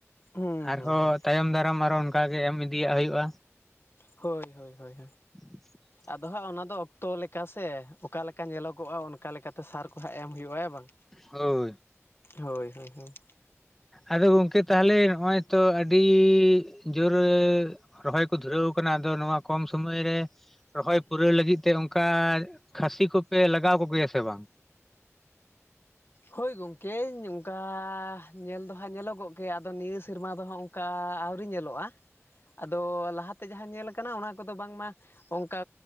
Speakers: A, on the left; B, in the centre.
A: ᱦᱩᱸ
B: ᱟᱨᱦᱚᱸ
A: ᱦᱩᱸ ᱦᱩᱸ
B: ᱛᱟᱭᱚᱢ ᱫᱟᱨᱟᱢ ᱟᱨᱦᱚ ᱚᱱᱠᱟ ᱜᱮ ᱮᱢ ᱤᱫᱤᱭᱟᱜ ᱦᱩᱭᱩᱜᱼᱟ᱾
A: ᱦᱳᱭ ᱦᱳᱭ ᱦᱳᱭ
B: <inaudible>
A: ᱟᱫᱚ ᱦᱟᱸᱜ ᱚᱱᱟᱫᱚ ᱚᱠᱛᱚ ᱞᱮᱠᱟ ᱥᱮ ᱚᱠᱟᱞᱮᱠᱟ ᱧᱮᱞᱚᱜᱚᱜᱼᱟ ᱚᱱᱠᱟ ᱞᱮᱠᱟᱛᱮ ᱥᱟᱨ ᱠᱚ ᱦᱟᱸᱜ ᱮᱢ ᱦᱩᱭᱩᱜᱼᱟ ᱦᱮᱸ ᱵᱟᱝ
B: ᱦᱳᱭ
A: ᱦᱳᱭ ᱦᱳᱭ ᱦᱳᱭ
B: ᱟᱫᱚ ᱜᱚᱝᱠᱮ ᱛᱟᱦᱚᱞᱮ ᱱᱚᱜᱼᱚᱭ ᱛᱚ ᱟᱹᱰᱤ ᱡᱳᱨ ᱨᱚᱦᱚᱭ ᱠᱚ ᱫᱷᱩᱨᱟᱹᱣ ᱟᱠᱟᱱᱟ ᱟᱫᱚ ᱱᱚᱣᱟ ᱠᱚᱢ ᱥᱚᱢᱟᱚᱭ ᱨᱮ ᱨᱚᱦᱚᱭ ᱯᱩᱨᱟᱹᱣ ᱞᱟᱹᱜᱤᱫ ᱛᱮ ᱚᱱᱠᱟ ᱠᱷᱟᱹᱥᱤ ᱠᱚᱯᱮ ᱞᱟᱜᱟᱣ ᱠᱚᱜᱮᱭᱟ ᱥᱮ ᱵᱟᱝ
A: ᱦᱳᱭ ᱜᱚᱢᱠᱮᱧ ᱚᱱᱠᱟ ᱧᱮᱞ ᱫᱚ ᱦᱟᱸᱜ ᱧᱮᱞᱚᱜᱚᱜ ᱜᱮᱭᱟ ᱟᱫᱚ ᱱᱤᱭᱟᱹ ᱥᱮᱨᱢᱟ ᱫᱚ ᱦᱟᱸᱜ ᱚᱱᱠᱟ ᱟᱹᱣᱨᱤ ᱧᱮᱞᱚᱜᱼᱟ ᱟᱫᱚ ᱞᱟᱦᱟᱛᱮ ᱡᱟᱦᱟᱸ ᱧᱮᱞ ᱠᱟᱱᱟ ᱚᱱᱟ ᱠᱚᱫᱚ ᱵᱟᱝᱢᱟ ᱚᱱᱠᱟ